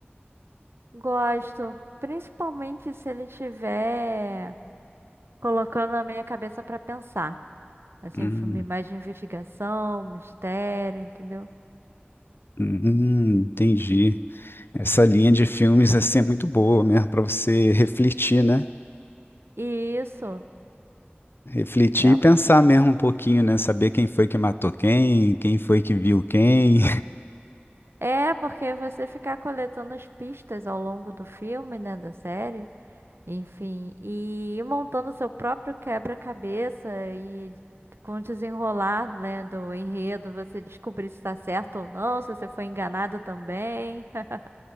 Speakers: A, on the right; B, on the left.
A: Gosto, principalmente se ele tiver colocando a minha cabeça pra pensar. Assim,
B: Hum,
A: um filme mais de investigação, mistério, entendeu?
B: hum, entendi. Essa linha de filmes assim é muito boa mesmo para você refletir, né?
A: E isso.
B: Refletir
A: real-
B: e pensar mesmo um pouquinho, né? Saber quem foi que matou quem, quem foi que viu quem.
A: É, porque você ficar coletando as pistas ao longo do filme, né, da série, enfim, e ir montando seu próprio quebra-cabeça e com o desenrolar, né, do enredo, você descobrir se está certo ou não, se você foi enganado também. <laughs>